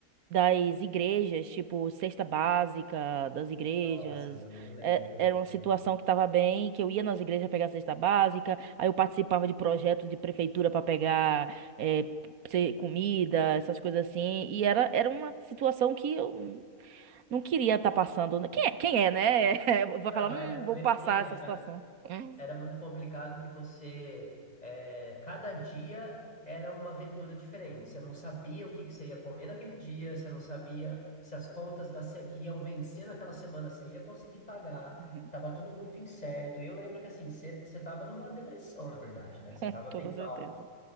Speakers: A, on the right; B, on the left.
A: das igrejas, tipo, cesta básica das igrejas.
B: nossa, Lu, eu lembro,
A: É,
B: eu
A: era
B: lembro.
A: uma situação que estava bem, que eu ia nas igrejas pegar cesta básica, aí eu participava de projetos de prefeitura para pegar é, se- comida, essas coisas assim. E era, era uma situação que eu não queria estar passando. Quem é, quem é, né? <laughs> Eu Vou
B: Não,
A: falar, hum,
B: era, eu
A: vou
B: lembro
A: passar
B: que era
A: essa situação. Hum.
B: era muito complicado que você eh, cada dia era uma aventura diferente. Você não sabia o que que você ia comer naquele dia, você não sabia se as contas da se- que iam vencer naquela semana você ia conseguir pagar.
A: Uhum,
B: Tava tudo muito incerto. E eu lembro que assim, você você tava numa depressão, na verdade, né?
A: <laughs>
B: Você
A: Com
B: tava
A: toda
B: bem
A: certeza.
B: mal.